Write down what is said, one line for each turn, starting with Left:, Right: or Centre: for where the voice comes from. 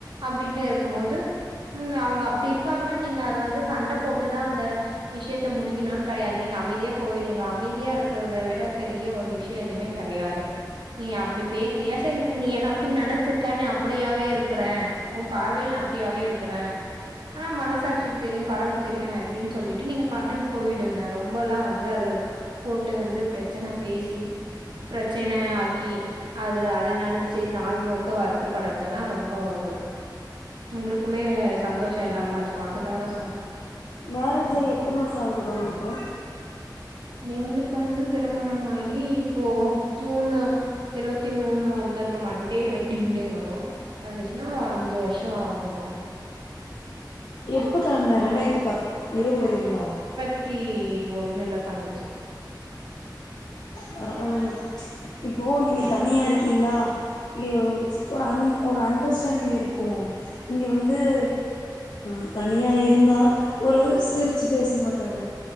Right: அப்டின்னு இருக்கும் போது ம் அவ்ங்க அப்பட இருக்காங்கனா நீங்க அத வந்து சண்டை போட்டுதான் அந்த விஷயத்த முடிக்ணும்னு கெடையாது நீங்க அமைதியா போயிடுங்க அமைதியா இருக்கறத விட பெரிய ஒரு விஷ்யோ எதுவுமே கெடையாது நீ அப்டி பேசு ஏ சாமி நீ என் அப்படி நெனச்சிருக்கா நீ அப்படியாவே இருக்கற உன் பார்வையில நா அப்படியாவே இருக்கற ஆனா மனசாட்சிக்கு தெரியு கடவுளுக் தெரியு நா எப்டினு சொல்லிட்டு நீங்க பாட்டுன் போயிடுங் க ரொம்பல்லா வந்து அத போட்டு வந்து பிரச்சன பேசி பிரச்சனை ஆக்கி அது அத நெனைச்சு நாள் முழுக்க வருத்தப்படுறதெல்லா ரொம்ப ஒரு உங்குளுக்குமே சந்தோஷ இல்லாம இருக்கு அதுக்காக சொன்ன
Left: மேரேஜ்ஜாகி எத்தன வருஷம் ஆகுதுப்பா உங்களுக்கு
Right: எங்களுக்கு வந்து திருமணம் ஆகி இப்போ ஜூனு இருவத்தி மூணு வந்தா இப்ப மண்டே வெட்டிங் டே வரு வந்துச்சுன்னா அஞ்சு வருஷோ ஆகுதுங்க
Left: எப்போ கா மே ரெண்டாயிரத்தி ப இருவதுலீங்களா
Right: த்தி ஒன்னுல பண்ணுச்சு
Left: பரவால்லங்க இப்போ நீங்க தனியா இருக்கீங்ளா உ ஒரு அன் ஒரு அண்டர்ஸ்டாண்டிங் இருக்கு இங்க வந்து ஆ தனியா இருந்தா ஒரு சிரிச்சு பேச மாட்டாரு